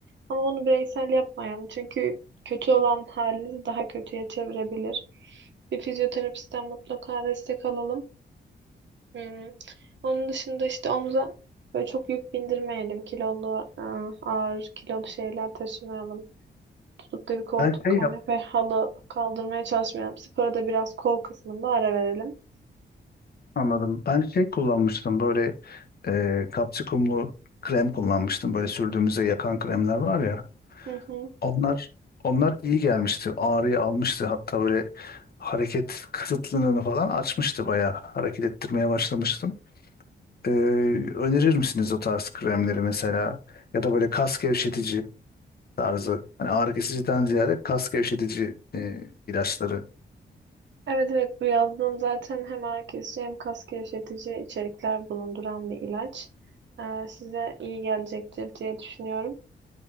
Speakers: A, on the right; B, on the left.
A: Ama bunu bireysel yapmayalım Çünkü kötü olan halinizi daha kötüye çevirebilir. Bir fizyoterapistten mutlaka destek alalım. Hmm. Onun dışında işte omuza böyle çok yük bindirmeyelim. Kilolu, e, ağır kilolu şeyler taşımayalım. Tutup da bir koltuk,
B: Ben şey
A: kanepe,
B: yap-
A: halı kaldırmaya çalışmayalım. Spora da biraz kol kısmında ara verelim.
B: Anladım. Ben şey kullanmıştım böyle e, kapsikumlu krem kullanmıştım. Böyle sürdüğümüzde yakan kremler var ya.
A: Hı hı.
B: Onlar onlar iyi gelmişti. Ağrıyı almıştı. Hatta böyle hareket kısıtlılığını falan açmıştı bayağı. Hareket ettirmeye başlamıştım. E, önerir misiniz o tarz kremleri mesela? Ya da böyle kas gevşetici tarzı. Hani ağrı kesiciden ziyade kas gevşetici e, ilaçları.
A: Evet evet bu yazdığım zaten hem ağrı kesici, hem kas gevşetici içerikler bulunduran bir ilaç. E, size iyi gelecektir diye düşünüyorum.